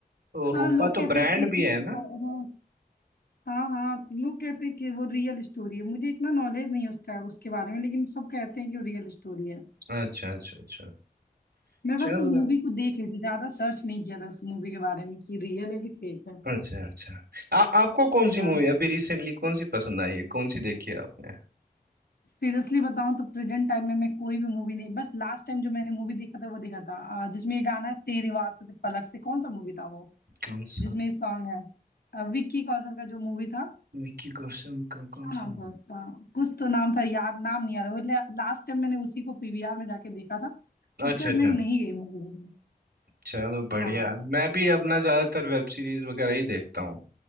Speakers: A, on the right (about 80°); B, on the left (about 80°).
A: और
B: हाँ
A: रूपा
B: लोग
A: तो
B: कहते
A: ब्रांड
B: हैं किसी
A: भी है ना
B: हाँ हाँ हाँ, लोग कहते हैं कि वो रियल स्टोरी है मुझे इतना नॉलेज नहीं उसका उसके बारे में लेकिन सब कहते हैं कि वो रियल स्टोरी है
A: अच्छा अच्छा अच्छा
B: मैं बस
A: चल
B: उस मूवी को देख ली थी ज्यादा सर्च नहीं किया था उस मूवी के बारे में कि रियल है कि फेक है
A: अच्छा अच्छा आ, आपको कौन सी
B: हाँ
A: मूवी अभी रिसेंटली कौन सी पसंद आई है कौन सी देखी है आपने
B: सीरियसली बताऊं तो प्रेजेंट टाइम में मैं कोई भी मूवी नहीं बस लास्ट टाइम जो मैंने मूवी देखा था वो देखा था अ, जिसमें ये गाना है तेरी आवाज़ से फलक से कौन सा मूवी था वो
A: कौन सा
B: जिसमें ये सॉन्ग है अ, विक्की कौशल का जो मूवी था
A: विक्की कौशल का
B: क्या
A: कौन सा
B: नाम
A: हूँ?
B: था उसका कुछ तो नाम था याद नाम नहीं आ रहा वो लास्ट टाइम मैंने उसी को पीवीआर में जाके देखा था
A: अच्छा
B: उसके बाद
A: अच्छा
B: मैं नहीं गई मूवी देखने
A: चलो बढ़िया
B: हाँ
A: मैं भी अपना ज्यादातर वेब सीरीज वगैरह ही देखता हूँ